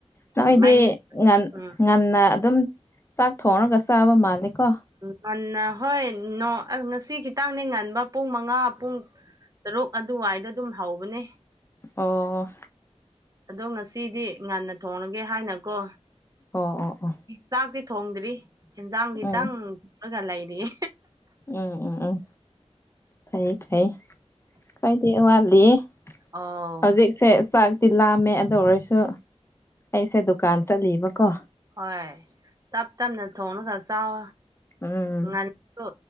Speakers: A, on the left (about 20°); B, on the right (about 30°).
A: ꯅꯣꯏꯗꯤ
B: ꯃꯩ
A: ꯉꯟ
B: ꯎꯝ
A: ꯉꯟꯅ ꯑꯗꯨꯝ ꯆꯥꯛ ꯊꯣꯡꯔꯒ ꯆꯥꯕ ꯃꯥꯜꯂꯦ ꯀꯣ
B: ꯉꯟꯅ ꯍꯣꯏ ꯅꯣ ꯉꯁꯤ ꯈꯤꯇꯪꯅꯦ ꯉꯟꯕ ꯄꯨꯡ ꯃꯉꯥ ꯄꯨꯡ ꯇꯔꯨꯛ ꯑꯗꯨꯋꯥꯏꯗ ꯑꯗꯨꯝ ꯍꯧꯕꯅꯦ
A: ꯑꯣ
B: ꯑꯗꯣ ꯉꯁꯤꯗꯤ ꯉꯟꯅ ꯊꯣꯡꯂꯒꯦ ꯍꯥꯏꯅꯀꯣ
A: ꯑꯣ ꯑꯣ ꯑꯣ
B: ꯆꯥꯛꯇꯤ ꯊꯣꯡꯗ꯭ꯔꯤ ꯍꯦꯟꯖꯥꯡ ꯈꯤꯇꯪ
A: ꯎꯝ
B: ꯊꯣꯡꯂꯒ ꯂꯩꯔꯤꯌꯦ
A: ꯎꯝ ꯎꯝ ꯎꯝ ꯐꯩꯌꯦ ꯐꯩ ꯑꯩꯗꯤ ꯋꯥꯠꯂꯤꯌꯦ
B: ꯑꯣ
A: ꯍꯧꯖꯤꯛ ꯁꯦ ꯆꯥꯛ ꯇꯤ ꯂꯥꯝꯃꯦ ꯑꯗꯨ ꯑꯣꯏꯔꯁꯨ ꯑꯩꯁꯦ ꯗꯨꯀꯥꯟ ꯆꯠꯂꯤꯕꯀꯣ
B: ꯍꯣꯏ ꯆꯥꯛ ꯉꯟꯅ ꯊꯣꯡꯅ ꯈꯔ ꯆꯥꯎ
A: ꯎꯝ
B: ꯉ <inaudible> ꯑꯗꯣ